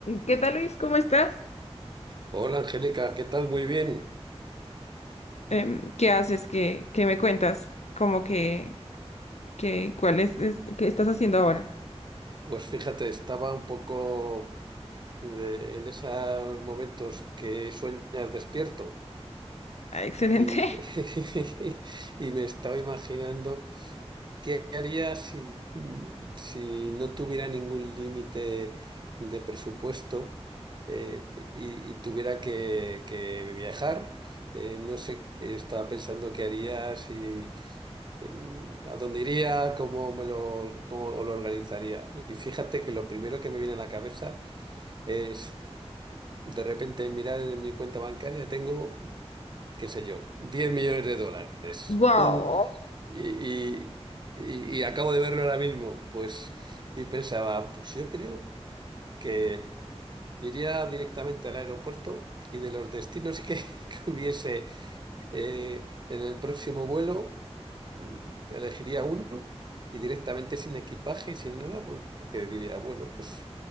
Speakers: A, on the left; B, on the right.
A: ¿Qué tal, Luis? ¿Cómo estás?
B: Hola Angélica, ¿qué tal? Muy bien.
A: Em, ¿qué haces? ¿Qué, qué me cuentas? ¿Cómo que, que cuál es, es- qué estás haciendo ahora?
B: Pues fíjate, estaba un poco de- en esos momentos que sueñas despierto
A: Ah, excelente.
B: y, <laughs> y me estaba imaginando qué haría si, si no tuviera ningún límite de presupuesto y, y tuviera que, que viajar. Eh, no sé, estaba pensando qué haría si em, a dónde iría, cómo me lo, cómo lo organizaría. Y fíjate que lo primero que me viene a la cabeza es de repente mirar en mi cuenta bancaria, tengo, qué sé yo, diez millones de dólares.
A: <laughs> Wow.
B: ¡Pum! Y, y- y- y acabo de verlo ahora mismo. Pues, y pensaba, pues yo creo que iría directamente al aeropuerto y de los destinos que, <laughs> que hubiese. Eh, en el próximo vuelo mm, elegiría uno y directamente sin equipaje y sin nada, porque diría, bueno, pues